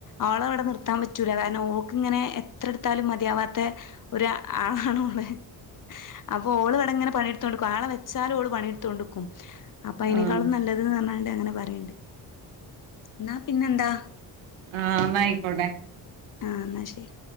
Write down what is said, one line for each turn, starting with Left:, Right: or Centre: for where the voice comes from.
Left: അവളവടെ നിർത്താമ്പറ്റ് റ്റൂല കാരണം ഓക്കിങ്ങനെ എത്രെടുത്താലും മതിയാവാത്ത ഒരു ആളാണ് മോളെ അവ് ഇവളിവിടിങ്ങനെ പണിയെടുത്തോൺ ണ്ട്ക്കും ആളെ വെച്ചാലും ഓള് പണിയെടുത്തോണ്ട്ക്കും അപ്പയിനേക്കാളും
Right: ആഹ്
Left: നല്ലത് ന്നറഞ്ഞാ ടങ്ങനെ പറയിണ്ട് ന്നാ പിന്നെന്താ
Right: ആഹ് അന്നാ ആയിക്കോട്ടെ
Left: ആഹ് അന്നാ ശരി